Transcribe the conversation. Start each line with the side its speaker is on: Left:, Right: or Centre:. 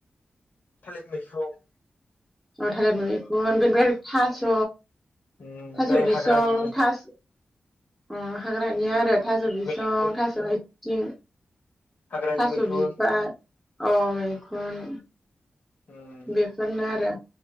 Left: थालिर मैखुन
Centre: औ थालिर मैखुन बेनिफ्राय आरो थास'
Left: उम ओमफ्राय
Centre: थास' बिसं
Left: हाग्रानि
Centre: थास अ हाग्रानिया आरो थास' बिसं
Left: मैखुन
Centre: थास' आइ जिं
Left: हाग्रानि
Centre: थास
Left: मैखुन
Centre: बिबार अ मैखुन
Left: उम
Centre: बेफोरनो आरो